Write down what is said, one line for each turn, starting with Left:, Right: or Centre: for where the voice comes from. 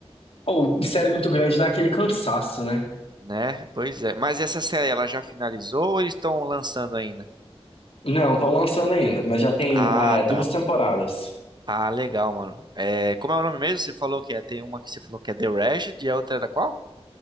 Left: Ou série muito grande dá aquele cansaço, né?
Right: Né? Pois é. Mas essa série, ela já finalizou ou eles estão lançando ainda?
Left: Não, estão lançando ainda, mas já tem
Right: Ah,
Left: ah, duas
Right: tá.
Left: temporadas.
Right: Ah, legal, mano. É, como é o nome mesmo? Você falou que é, tem uma que você falou que é The Rashed e a outra era qual?